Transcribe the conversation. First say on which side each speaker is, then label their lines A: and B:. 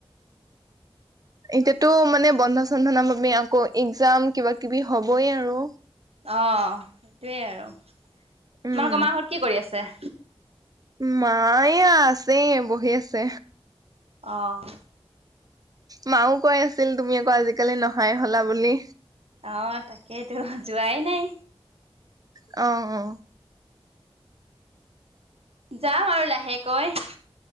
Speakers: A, on the right; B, on the right.
A: এতিয়াতো মানে বন্ধ চন্ধ ন বাবে আমি আকৌ একজাম কিবা কিবি হবই আৰু
B: অ সেইটোৱে আৰু তোমালোকৰ
A: উম।
B: মাঁহত কি কৰি আছে
A: মা এইয়া আছে বহি আছে
B: অ
A: মাও কৈ আছিল তুমি আকৌ আজিকালি নহাই হলা বুলি
B: অ তাকেইতো যোৱাই নাই
A: অ অ
B: যাম আৰু লাহেকৈ